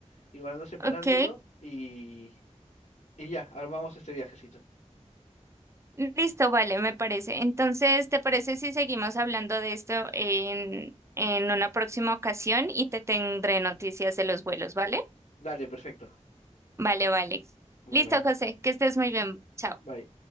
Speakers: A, on the left; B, on the right.
A: igual ando separándolo
B: Ok,
A: y, y ya, armamos este viajecito.
B: Listo, vale, me parece. Entonces, ¿te parece si seguimos hablando de esto en, en una próxima ocasión y te tendré noticias de los vuelos, ¿vale?
A: Dale, perfecto.
B: Vale, vale.
A: Bye
B: Listo,
A: bye.
B: José, que estés muy bien. Chao.
A: Bye.